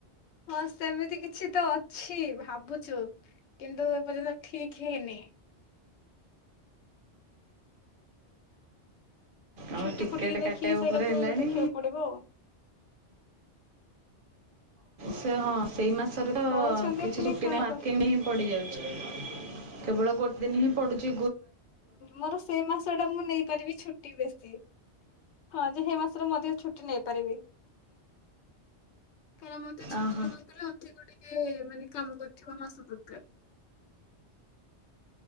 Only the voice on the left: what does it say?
ହଁ, ସେମିତି କିଛି ତ ଅଛି। ଭାବୁଚୁ, କିନ୍ତୁ ଏପର୍ଯ୍ୟନ୍ତ ଠିକ ହେଇନି।
ଛୁଟି
ଫୁଟିକି ଦେଖିକି
ସେଇଟାକୁ
ଦେଖିବାକୁ ପଡିବ ଆଉ।
କହୁଛନ୍ତି
ପୁଣି
କଣ
କର
ମୋର ସେଇ ମାସ ଟା ମୁଁ, ନେଇ ପାରିବି ଛୁଟି ବେଶୀ। ହଁ, ଯେ ସେଇ ମାସରେ ମୁଁ, ଅଧିକ ଛୁଟି ନେଇପାରିବି। କାରଣ, ମତେ ଛୁଟି
ନେବାକୁ ହେଲେ, ଅଧିକ ଟିକେ ମାନେ କାମ କରୁଥିବା ମାସ ଦରକାର।